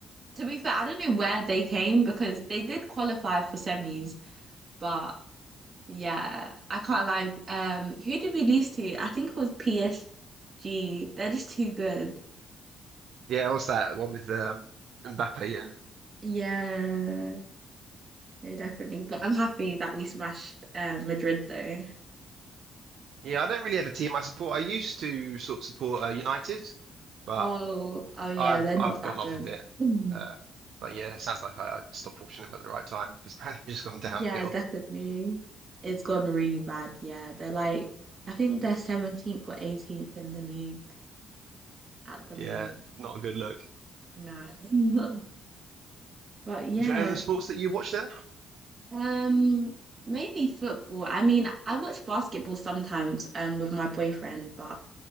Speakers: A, on the right; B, on the right.
A: To be fair, I don't know where they came because they did qualify for semis, but Yeah, I can't lie. Um, who did we lose to? I think it was PSG. They're just too good.
B: Yeah, what's that one with um, Mbappe and
A: Yeah, they definitely. But I'm happy that we smashed um, Madrid though.
B: yeah, I don't really have a team I support. I used to sort of support uh, United, but
A: Oh, oh yeah,
B: I've
A: they're
B: I've
A: not that
B: gone
A: good.
B: off of it.
A: Mm.
B: Uh, but yeah, it sounds like I, I stopped watching them at the right time because <laughs> apparently it's just gone downhill.
A: Yeah, definitely. It's gone really bad. Yeah, they're like, I think they're 17th or 18th in the league at the
B: Yeah,
A: moment.
B: not a good look.
A: No. <laughs> But yeah.
B: Is there any other sports that you watch then? Is
A: Um, mainly football. I mean, I watch basketball sometimes, um, with my boyfriend, but